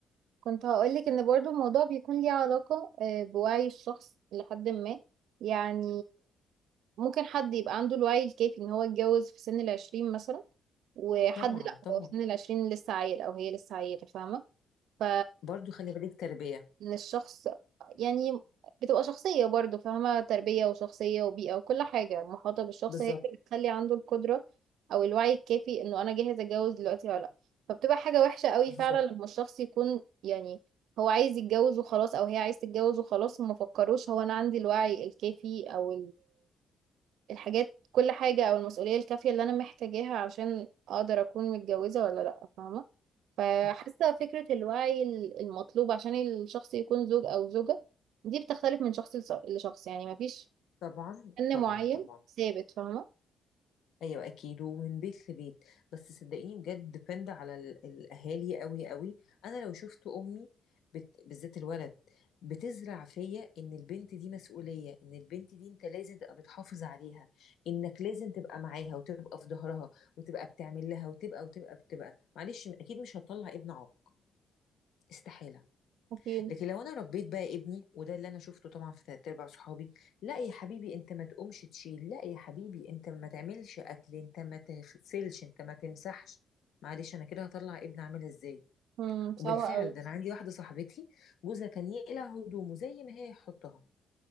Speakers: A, on the right; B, on the left.
A: كنت هقولك ان برضو الموضوع بيكون ليه علاقة آه، بوعي الشخص لحد ما يعني ممكن حد يبقى عنده الوعي الكافي ان هو يتجوز في سن العشرين مثلا وحد
B: طبعا
A: لا
B: طبعا
A: هو في سن العشرين لسه عيل او هي لسه عيلة فاهمة ف
B: برضو خلي بالك تربيه
A: للشخص يعني بتبقى شخصية برضو فاهمة تربية وشخصية وبيئة وكل حاجة محاطة بالشخص
B: بالظبط
A: هي اللي بتخلي عنده القدرة أو الوعي الكافي إنه أنا جاهز أتجوز دلوقتي ولا لأ فبتبقى حاجة وحشة قوي
B: بالظبط
A: فعلا لما الشخص يكون يعني هو عايز يتجوز وخلاص أو هي عايز تتجوز وخلاص وما فكروش هو أنا عندي الوعي الكافي أو الحاجات كل حاجة أو المسؤولية الكافية اللي أنا محتاجاها عشان أقدر أكون متجوزة ولا لأ فاهمة فحاسة
B: صح
A: فكرة الوعي ال- المطلوب عشان الشخص يكون زوج أو زوجة دي بتختلف من شخص لص- لشخص يعني مفيش
B: طبعا
A: فن
B: طبعا
A: معين
B: طبعا
A: ثابت فاهمة
B: ايوه اكيد ومن بيت لبيت بس صدقيني بجد ديبند على ال- الاهالي قوي قوي انا لو شفت امي بت... بالذات الولد بتزرع فيا ان البنت دي مسؤوليه ان البنت دي انت لازم تبقى بتحافظ عليها انك لازم تبقى معاها وتبقى في ظهرها وتبقى بتعمل لها وتبقى وتبقى بتبقى معلش اكيد مش هتطلع ابن عاق استحاله
A: أكيد
B: لكن لو انا ربيت بقى ابني وده اللي انا شفته طبعا في تلات ارباع صحابي لا يا حبيبي انت ما تقومش تشيل لا يا حبيبي انت ما تعملش اكل انت ما تغسلش انت ما تمسحش معلش انا كده هطلع ابني عامل ازاي
A: مم،
B: وبالفعل
A: صعبة أوي
B: ده انا عندي واحده صاحبتي جوزها كان يقلع هدومه زي ما هي يحطها